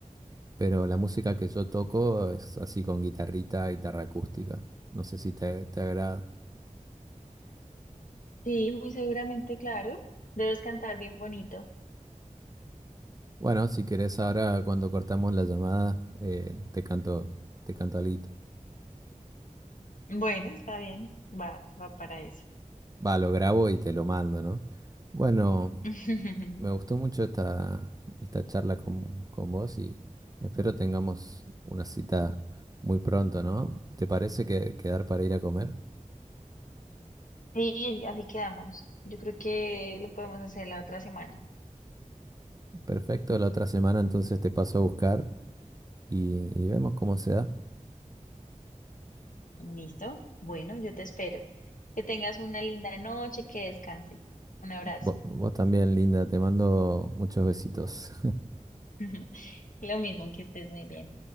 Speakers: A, on the right; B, on the left.
A: pero la música que yo toco es así con guitarrita, guitarra acústica. No sé si te, te agrada.
B: Sí, muy seguramente, claro. Debes cantar bien bonito.
A: Bueno, si querés ahora cuando cortamos la llamada, eh, te canto, te canto algo.
B: Bueno, está bien, va, va para eso.
A: Va, lo grabo y te lo mando, ¿no? Bueno,
B: <laughs>
A: me gustó mucho esta, esta charla con, con vos y espero tengamos una cita muy pronto, ¿no? ¿Te parece que quedar para ir a comer?
B: Sí, así quedamos. Yo creo que lo podemos hacer la otra semana.
A: Perfecto, la otra semana entonces te paso a buscar y, y vemos cómo se da.
B: ¿Listo? Bueno, yo te espero. Que tengas una linda noche, que descanses. Un abrazo.
A: Vo- Vos, también, Linda, te mando muchos besitos.
B: <laughs> Lo mismo que estés muy bien.